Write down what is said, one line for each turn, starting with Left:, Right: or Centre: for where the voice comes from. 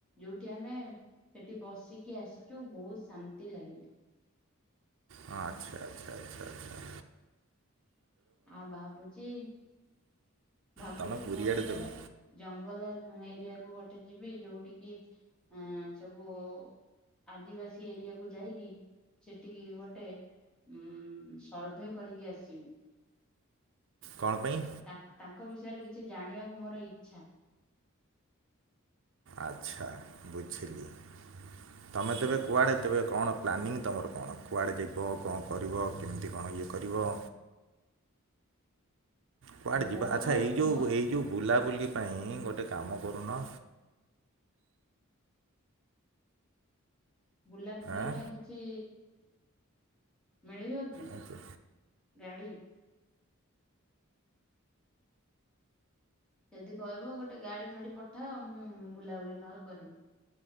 Centre: ଯୋଉଠି ଆମେ ସେଠି ବସିକି ଆସିଛୁ ବହୁତ ଶାନ୍ତି ଲାଗିଲା।
Right: ହଁ ଆଛା ଆଛା ଆଛା ଆଛା।
Centre: ଆଉ ଭାବୁଛି ଭାବୁଛି
Right: ତମେ ପୁରୀ
Centre: ପୁଣି
Right: ଆଡ଼େ
Centre: ଥରେ
Right: ତେବେ
Centre: ଜଙ୍ଗଲ ଏ ଏରିଆକୁୁ ଗୋଟେ ଯିବି ଯୋଉଠିକି ଇ ସବୁ ଆଦିବାସୀ ଏରିଆକୁୁ ଯାଇକି ସେଠିକି ଗୋଟେ ଉ ସର୍ଭେ କରିକି ଆସିବି?
Right: କଣ ପେଇଁ?
Centre: ତା ତାଙ୍କ ବିଷୟରେ କିଛି ଜାଣିବାକୁ ମୋର ଇଚ୍ଛା।
Right: ଆଛା ବୁଝିଲି। ତୁମେ ତେବେ କୁଆଡ଼େ ତେବେ କଣ ପ୍ଲାନିଂ ତୁମର କଣ କୁଆଡ଼େ ଯିବ କଣ କରିବ କେମିତି କଣ ଇଏ କରିବ? କୁଆଡ଼େ ଯିବା
Centre: ମୋର
Right: ଆଛା ଏଇ ଯୋଉ
Centre: ମୋ
Right: ଏଇ ଯୋଉ ବୁଲାବୁଲି ପାଇଁ ଗୋଟେ କାମ କରୁନ।
Centre: ବୁଲାବୁଲି
Right: ଏଁ
Centre: ପାଇଁ କିଛି ମିଳିବ କି?
Right: ଆଚ୍ଛା
Centre: ଗାଡି। ଯଦି କହିବ ଗୋଟେ ଗାଡି ଫାଡି ପଠାଅ ମୁଁ ବୁଲାବୁଲି ନଅଲେ କରିବି।